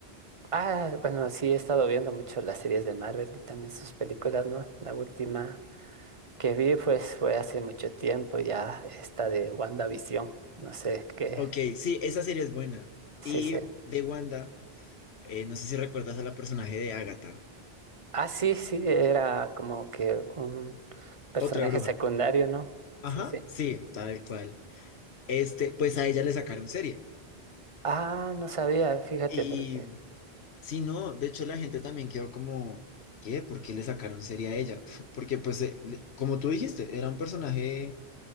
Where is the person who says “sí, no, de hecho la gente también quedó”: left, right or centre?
Left